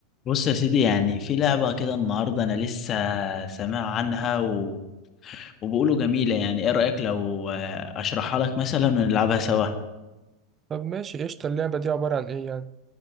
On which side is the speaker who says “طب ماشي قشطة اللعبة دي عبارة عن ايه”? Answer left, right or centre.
Right